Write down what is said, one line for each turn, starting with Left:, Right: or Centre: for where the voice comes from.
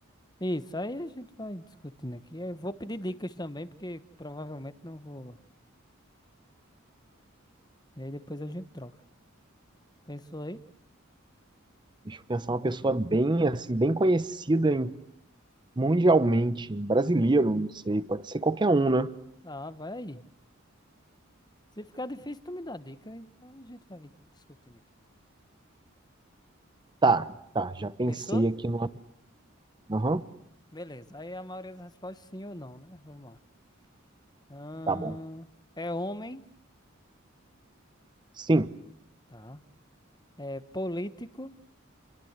Left: Isso, aí a gente vai discutindo aqui. Eu vou pedir dicas também, porque provavelmente não vou. E aí depois a gente troca. Pensou aí?
Right: Deixa eu pensar uma pessoa bem assim, bem conhecida em- mundialmente, brasileiro, não sei, pode ser qualquer um, né?
Left: Ah, vai aí. Se ficar difícil, tu me dá dica, então a gente vai discutindo aqui.
Right: Tá, tá, já pensei
Left: Pensou?
Right: aqui no. Aham,
Left: Beleza. Aí a maioria das respostas sim ou não, né? Vamos lá. Ahn,
Right: tá bom.
Left: é homem,
Right: Sim,
Left: tá? É político.